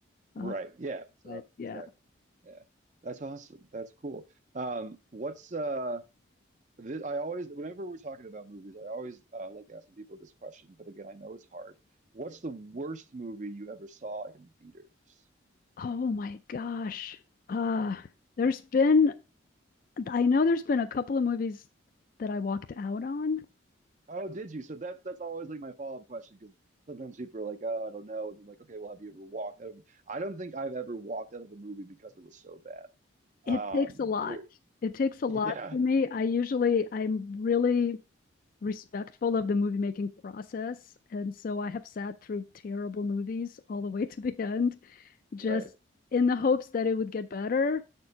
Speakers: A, on the left; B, on the right.
A: Uh,
B: Right. Yeah. So
A: but yeah.
B: exactly. Yeah. That's awesome. That's cool. Um, what's uh this, I always whenever we're talking about movies, I always uh, like asking people this question, but again, I know it's hard. What's the worst movie you ever saw in theaters?
A: Oh my gosh. Uh there's been I know there's been a couple of movies that I walked out on.
B: Oh, did you? So that's that's always like my follow-up question because sometimes people are like, oh, I don't know. And I'm like, okay, well, have you ever walked out of I don't think I've ever walked out of a movie because it was so bad.
A: It
B: Um,
A: takes a lot.
B: there- <laughs>
A: It takes a lot
B: yeah,
A: for me. I usually I'm really respectful of the movie making process and so I have sat through terrible movies all the way to the end just
B: right.
A: in the hopes that it would get better